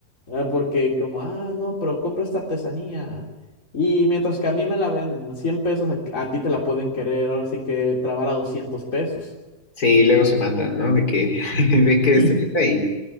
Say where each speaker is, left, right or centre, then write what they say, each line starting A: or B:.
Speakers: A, on the left (about 50°); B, on the left (about 65°).
A: ah, porque como, ah, no, pero compra esta artesanía. Y mientras que a mí me la venden a 100 pesos, a, a ti te la pueden querer, ahora sí que trabar a 200 pesos.
B: Sí, luego se mandan, ¿no? De que <laughs> ven que
A: <laughs>
B: destruida
A: Sí.
B: y,